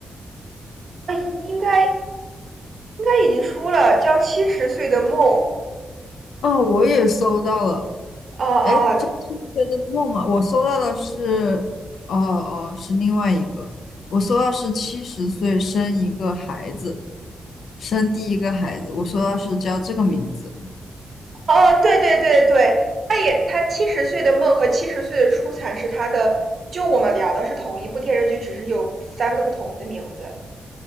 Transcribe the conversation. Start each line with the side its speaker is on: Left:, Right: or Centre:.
Right: 啊，应该应该已经出了，叫《七十岁的梦》。
Left: 哦，我也搜到了。
Right: 哦哦
Left: 哎，这是一个的梦吗？我搜到的是，哦哦，是另外一个。我搜到是七十岁生一个孩子，生第一个孩子。我搜到是叫这个名字。
Right: 哦，对对对对，他也他《七十岁的梦》和《七十岁的出产》是他的，就我们聊的是同一部电视剧，只是有三个不同的名字。